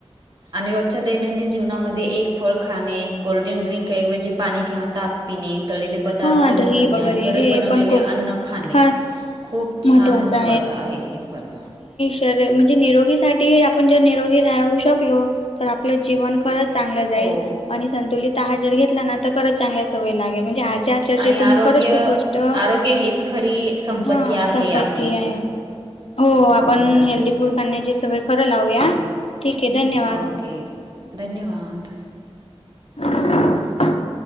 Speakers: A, on the right (about 45°); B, on the left (about 70°).
A: आणि रोजच्या दैनंदिन जीवना मध्ये एक फळ खाणे कोल्ड्रिंक ड्रिक ऐवजी पाणी किंवा ताक पिणे तळलेले पदार्थ
B: हा
A: कमी
B: दही
A: करणे,
B: वगैरे
A: आणि घरी
B: हे
A: बनवलेले
B: पण खूप
A: अन्न खाणे
B: फार
A: खूप
B: महत्त्वाचा
A: छान महत्त्वाचं आहे, हे पण.
B: जर म्हणजे निरोगीसाठी आपण जर निरोगी राहू शकलो, तर आपलं जीवन खरंच चांगलं जाईल,
A: हो
B: आणि संतुलित आहार जर घेतला ना, तर खरच चांगल्या सवयी लागेल म्हणजे आजच्या चर्चेतून
A: आणि आरोग्य
B: खरंच खूप गोष्ट
A: आरोग्य हीच खरी संपत्ती
B: हा
A: आहे
B: संपत्ती
A: आपली
B: आहे. हो,
A: बरोबर
B: आपण
A: आहे
B: हेल्दी फूड खाण्याची सवय खरं लावूया. ठीक आहे, धन्यवाद!
A: ओके, धन्यवाद!
B: <unintelligible>